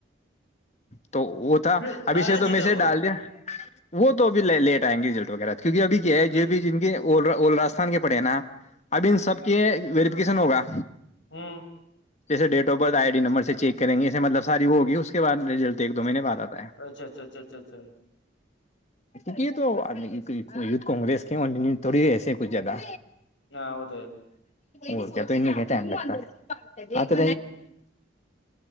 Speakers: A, on the left; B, on the left.
A: تو وہ تھا
B: پھر
A: ابھی
B: ارے
A: سے تو
B: جیتا
A: میں سے
B: وہ
A: ڈال دیا وہ تو ا بھی لیٹ آئ گے رزلٹ وغیرہ کیونکہ اب کیا
B: ہوں
A: ہے یہ بھی جن کے اول اول راستھان کے پڑے ہیں نا اب ان سب کے کسن ہوگا
B: ہوں
A: جیسے date of birth I D number سے چیک کریں گے اسے مطلب ساری وہ ہوگی اس کے بع ریلٹ ایک دو میںہ نے بات ج ہے
B: اچھا اچھا اچھا اچھا اچھا
A: کیک تو یوھ کانگریس کے تھوڑی ایسے کچھ زیادہ
B: ہاں ہوت ہے
A: او کیا تو ان نہیں کٹ لر
B: ہوں
A: آ تو